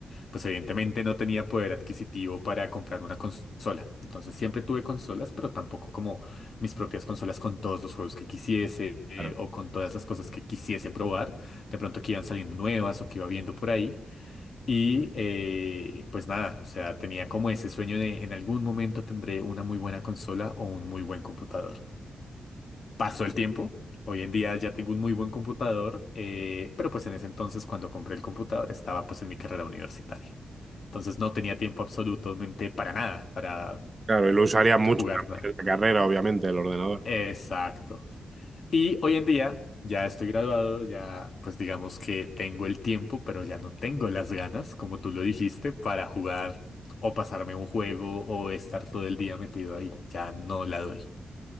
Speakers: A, on the left; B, on the right.
A: pues evidentemente no tenía poder adquisitivo para comprar una consola. Entonces siempre tuve consolas, pero tampoco como mis propias consolas con todos los juegos que quisiese eh,
B: Claro,
A: o con todas las cosas que quisiese probar. De pronto que iban saliendo nuevas o que iba viendo por ahí. Y eh, pues nada, o sea, tenía como ese sueño de en algún momento tendré una muy buena consola o un muy buen computador. Pasó el tiempo. Hoy en día ya tengo un muy buen computador, eh, pero pues en ese entonces cuando compré el computador estaba pues en mi carrera universitaria. Entonces no tenía tiempo absolutamente para nada, para
B: claro, y lo usaría mucho
A: jugar
B: también
A: nada.
B: en la carrera, obviamente, el ordenador.
A: Exacto. Y hoy en día ya estoy graduado, ya pues digamos que tengo el tiempo, pero ya no tengo las ganas, como tú lo dijiste, para jugar o pasarme un juego o estar todo el día metido ahí. Ya no la doy.